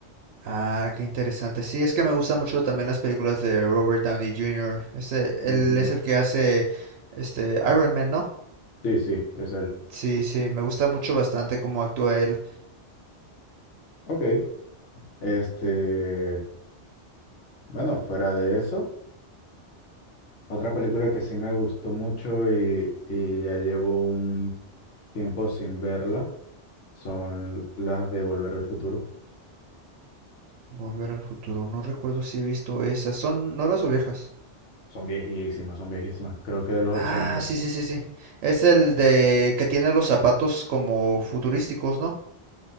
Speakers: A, on the right (about 85°); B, on the left (about 85°).
A: Ah, qué interesante. Sí, es que me gustan mucho también las películas de Robert Downey Jr. Este,
B: Ujú.
A: él es el que hace este Iron Man, ¿no?
B: Sí, sí, es él.
A: Sí, sí, me gusta mucho bastante cómo actúa él.
B: Ok, este, bueno, fuera de eso, otra película que sí me gustó mucho y, y ya llevo un tiempo sin verla son las de Volver al Futuro.
A: Volver al futuro. No recuerdo si he visto esas. ¿Son nuevas o viejas?
B: Son viejísimas, son viejísimas, creo que de los
A: Ah,
B: ochenta
A: sí, sí, sí, sí. Es el de que tiene los zapatos como futurísticos, ¿no?